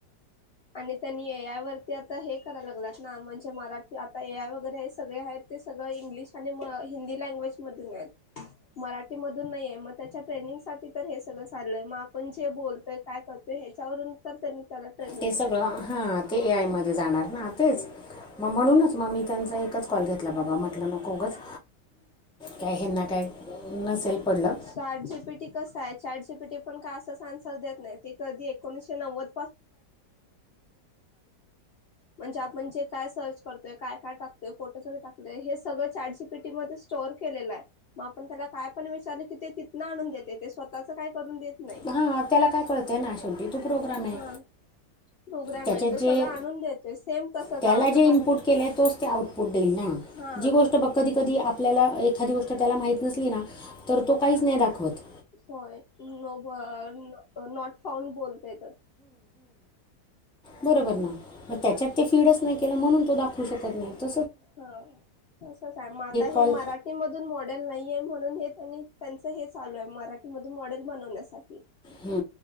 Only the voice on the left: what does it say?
आणि त्यांनी एयवर ते आता हे करायला लागलेत ना म्हणजे मराठी आता ए आय वगैरे हे सगळे आहेत ते सगळं इंग्लिश आणि हिंदी लँग्वेज मधून आहेत मराठीमधून नाही आहे मग त्याच्या ट्रेनिंगसाठी तर हे सगळं चाल आहे मग आपण जे बोलतोय काय करतोय ह्याच्यावरून तर त्यांनी त्याला ट्रेन
चार्ट जीपीटी कसं आहे चार्ट जीपीटी पण काय असंच आन्सर देत नाही ते कधी एकोणीसशे नव्वद म्हण काय सर्च करतोय काय काय टकतोय फोटोजगरे टाकलंय हे सगळं चार जी पी टीमध्ये स्टोअर केलेलं आहे मग आपण त्याला काय पण विचारल की ते तिथनं आणून देते ते स्वतःच काय करून देत नाही
हा.
प्रोग्राम
आहे तो
सगळं आणून देतोय सेम तसच
आता
मरा
हा.
होय न नॉट फाउंड बोलतयेत
हा तसच आहे मग आता हे
मराठी मराठी मधून मॉडेल नाहीये म्हणून हे त्यांनी त्यांच हे चालू आहे मराठी मधून मॉडेल बनवण्यासाठी